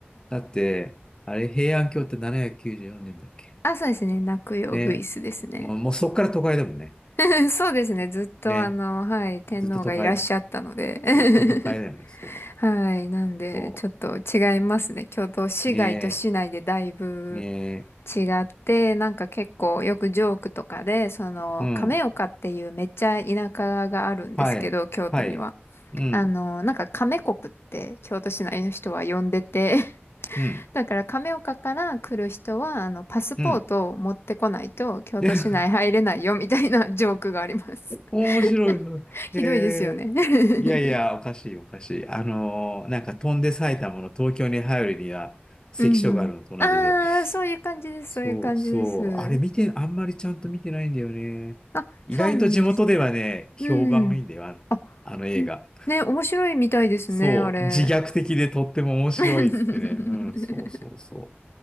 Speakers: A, on the left; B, on the left.
A: だって、あれ、平安京って794年だっけ
B: あ、そうですね。泣くよ、
A: ね。
B: グイスですね。
A: もう、もうそっから都会だもんね。
B: <laughs> そうですね。ずっと、
A: ね。
B: あの、はい、天皇がいらっしゃったので
A: ずっと都会、
B: <laughs>
A: ずっと都会だよね。そう。
B: はい。なんで、
A: そ
B: ちょっと違いますね。京都市外と市内でだいぶ
A: う。ねえ、ねえ。
B: 違って、なんか結構よくジョークとかで、その、
A: うん。
B: 亀岡っていうめっちゃ田舎があるんですけど、
A: はい。
B: 京都には。
A: はい。うん。
B: あの、なんか亀国って京都市内の人は呼んでて、<laughs>
A: うん。
B: だから亀岡から来る人は、あの、パスポートを持ってこないと京都市内入れないよみたいなジョークがあります。
A: うん。<laughs> 面白いの。
B: <laughs> ひどいですよね。
A: へえ。
B: <laughs>
A: いやいや、おかしい、おかしい。あのーなんか飛んで埼玉の東京に入るには関所があるのと同じで。
B: うんうん。ああ、そういう感じです、
A: そうそう。
B: そういう感じです。
A: あれ見て、あんまりちゃんと見てないんだよね。
B: あ、
A: 意外と地元ではね、
B: そうなんですね。
A: 評判がいいんだよ、
B: うん。
A: あの、
B: あ、
A: あの映画。
B: うんね、面白いみたいですね、
A: そう。
B: あれ。
A: 自虐的でとっても面白いっつってね。
B: <laughs>
A: うん、そうそうそ